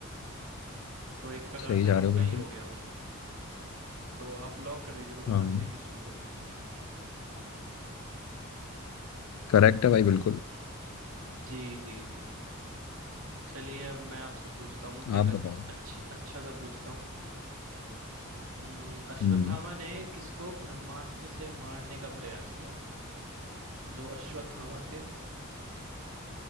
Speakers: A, on the right; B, on the left.
A: तो एक प्रकार
B: सही
A: से
B: जा
A: रोकना
B: रहे हो बिल्कुल
A: ही हो गया वो तो आप लॉक कर दीजिए भगवान
B: हाँ
A: श्री कृष्ण को
B: करेक्ट है भाई बिल्कुल
A: जी जी जी जी चलिए अब मैं आपसे पूछता हूँ एक
B: आप
A: अच्छ,
B: बताओ
A: अच्छी अच्छा सा पूछता हूँ अम्म, अश्वत्थामा
B: हम्म
A: ने किसको ब्रह्मास्त्र से मारने का प्रयास किया था जो अश्वत्थामा थे